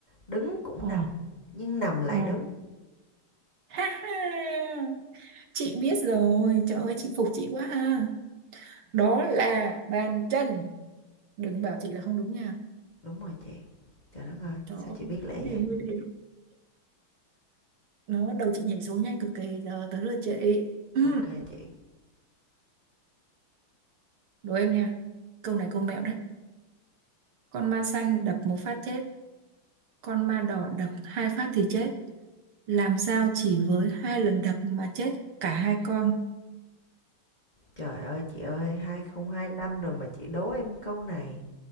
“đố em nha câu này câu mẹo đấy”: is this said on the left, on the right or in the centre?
Right